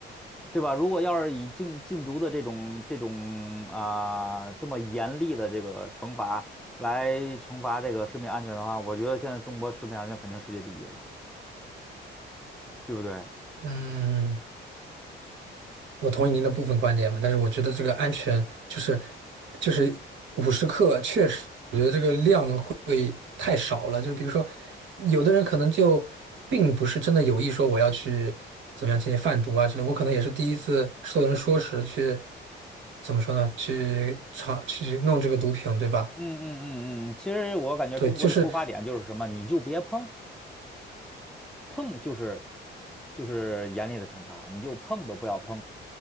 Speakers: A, in the centre; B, on the right.
A: 对吧？如果要是以禁禁毒的这种这种啊、这么严厉的这个惩罚来惩罚这个食品安全的话，我觉得现在中国食品安全肯定世界第一了，对不对？
B: 嗯。我同意您的部分观点嘛，但是我觉得这个安全就是就是五十克，确实我觉得这个量会太少了。就比如说，有的人可能就并不是真的有意说我要去怎么样进行贩毒啊之类，我可能也是第一次受人说时去怎么说呢？去尝去弄这个毒品，对吧？
A: 嗯嗯嗯嗯，其实我感觉中国的出发点就是什么，
B: 对，就是
A: 你就别碰，碰就是就是严厉的惩罚，你就碰都不要碰，